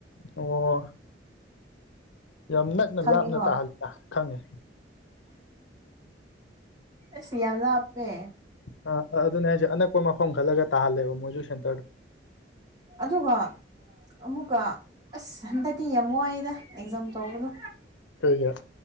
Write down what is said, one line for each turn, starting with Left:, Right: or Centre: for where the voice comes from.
Left: ꯑꯣ ꯌꯥꯝ ꯅꯛꯅꯥ
Right: ꯈꯪꯉꯤꯀꯣ
Left: ꯂꯥꯞꯅ ꯇꯥꯍꯟꯂꯤꯗꯥ ꯈꯪꯉꯤ
Right: ꯑꯁ ꯌꯥꯝ ꯂꯥꯞꯄꯦ
Left: ꯑꯥ ꯑꯗꯨꯅꯦ ꯍꯥꯏꯁꯦ ꯑꯅꯛꯄꯥ ꯃꯥꯐꯝ ꯈꯜꯂꯒ ꯇꯥꯍꯜꯂꯦꯕ ꯃꯣꯏꯖꯨ ꯁꯦꯟꯇꯔꯗꯣ
Right: ꯑꯗꯨꯒꯥ ꯑꯃꯨꯛꯀꯥ ꯑꯁ ꯍꯟꯗꯛꯇꯤ ꯌꯥꯝ ꯋꯥꯏꯌꯦꯗꯥ ꯑꯦꯛꯖꯥꯝ ꯇꯧꯕꯗꯣ
Left: ꯀꯩꯒꯤ